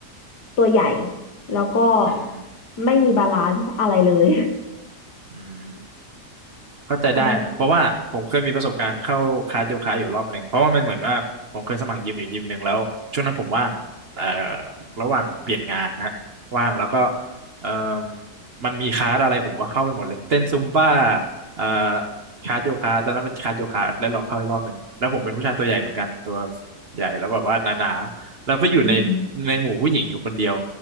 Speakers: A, on the left (about 85°); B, on the right (about 45°).
A: ตัวใหญ่แล้วก็
B: อืม
A: ไม่มีบาลานซ์อะไรเลย
B: อืม เข้าใจได้เพราะว่าผมเคยมีประสบการณ์เข้าคลาสโยคะอยู่รอบหนึ่งเพราะว่ามันเหมือนว่าผมเคยสมัครยิมอยู่ยิมหนึ่งแล้วช่วงนั้นผมว่างเอ่อ
A: ใช่
B: ระหว่างเปลี่ยนงานนะว่างแล้วก็เอ่อมันมีคลาสอะไรผมก็เข้าไปหมดเลยเต้นซุมบ้าเอ่อคลาสโยคะตอนนั้นเป็นคลาสโยคะได้ลองเข้าอีกรอบหนึ่งแล้วผมเป็นผู้ชายตัวใหญ่เหมือนกันตัวใหญ่แล้วแบบว่าหนาๆแล้วไปอยู่ใน
A: อืม
B: ในหมู่ผู้หญิงอยู่คนเดียว